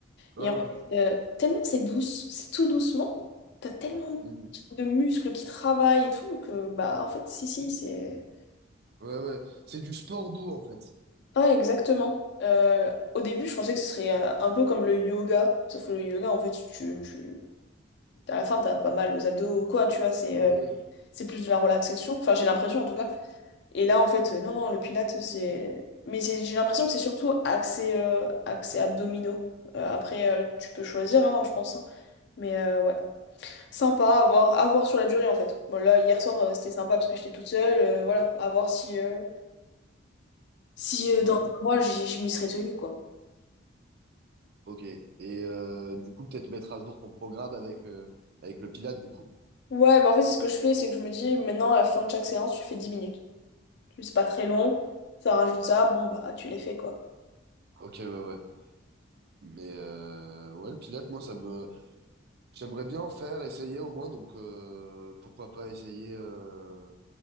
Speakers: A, on the right; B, on the left.
A: Ouais,
B: Et en
A: ouais.
B: fait, euh, tellement c'est douce, c'est tout doucement, t'as tellement
A: Mhm.
B: de muscles qui travaillent et tout que, bah, en fait, si, si, c'est.
A: Ouais, ouais. C'est du sport doux, en fait.
B: Ouais, exactement. Euh, au début, je pensais que ce serait euh, un peu comme le yoga, sauf que le yoga, en fait, tu, tu... à la fin, t'as pas mal aux abdos ou quoi, tu vois, c'est
A: Oui,
B: euh,
A: oui. oui.
B: c'est plus de la relaxation, enfin, j'ai l'impression en tout cas. Et là, en fait, euh, non, non, le pilates, c'est. Mais c'est- j'ai l'impression que c'est surtout axé, euh, axé abdominaux. Euh, après, euh, tu peux choisir, hein, je pense. hein. Mais euh, ouais. Sympa à voir, à voir sur la durée en fait. Bon, là, hier soir, euh,
A: Ok.
B: c'était sympa parce que j'étais toute seule. euh, voilà, à voir si, euh, si euh,
A: Ouais,
B: dans un mois, j'y- je m'y serais tenue quoi.
A: ok. Et euh, du coup, peut-être mettre à jour ton programme avec, euh, avec le Pilate, du coup.
B: Ouais, bah en fait, c'est ce que je fais, c'est que je me dis maintenant, à la fin de chaque séance, tu fais 10 minutes. C'est pas très long, ça rajoute ça, bon, bah tu les fais quoi.
A: Ok, ouais, ouais. Mais euh, ouais, le Pilate, moi, ça me... J'aimerais bien en faire, essayer au moins, donc euh, pourquoi pas essayer euh,